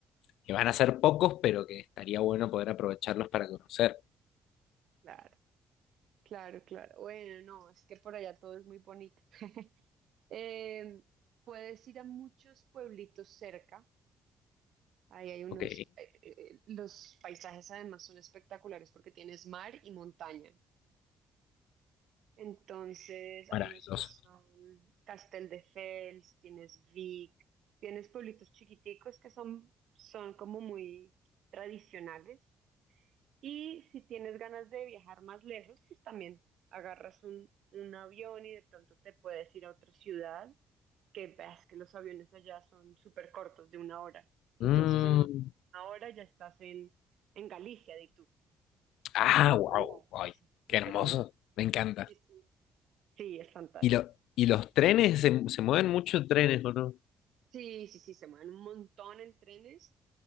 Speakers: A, on the left; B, on the right.
A: que van a ser pocos, pero que estaría bueno poder aprovecharlos para conocer.
B: claro, claro, claro. Bueno, no, es que por allá todo es muy bonito. <laughs> Em, puedes ir a muchos pueblitos cerca. Ahí hay unos,
A: Ok,
B: eh, eh, los paisajes además son espectaculares porque tienes mar y montaña. Entonces
A: maravilloso.
B: hay unos que son Castelldefels, tienes Vic, tienes pueblitos chiquiticos que son, son como muy tradicionales Y si tienes ganas de viajar más lejos, pues también agarras un, un avión y de pronto te puedes ir a otra ciudad, que ves que los aviones allá son súper cortos, de una hora.
A: Mm,
B: Entonces en una hora ya estás en, en Galicia, de tú,
A: ah,
B: que es al otro
A: wow,
B: lado.
A: ay,
B: Súper
A: qué hermoso,
B: bien.
A: me encanta.
B: Sí, sí. Sí, es fantástico.
A: ¿Y, lo, y los trenes, se, se mueven muchos trenes, ¿o no?
B: Sí, sí, sí, se mueven un montón en trenes